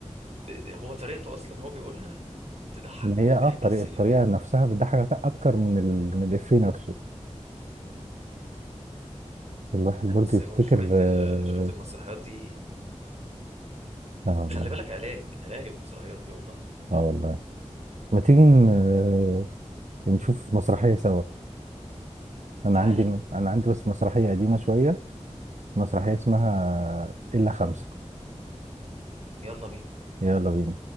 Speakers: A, on the right; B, on the right.
A: ت- هو طريقته اصلا هو بيقولها تضحك
B: ما هي اه
A: ضحك
B: الطريقه
A: السرير
B: الطريقه نفسها بتضحك اكتر من ال... من الافيه نفسه
A: بس
B: الواحد
A: لا
B: برضه
A: بس
B: يفتكر
A: هو شويه
B: اه
A: ال... شويه المسرحيات دي
B: آه والله
A: خلي بالك علاج علاج المسرحيات دي والله
B: اه والله ما تيجي ن- نشوف مسرحية سوا أنا
A: تعال
B: عندي أنا عندي بس مسرحية قديمة شوية مسرحية اسمها إلا خمسة
A: يلا بينا
B: يلا بينا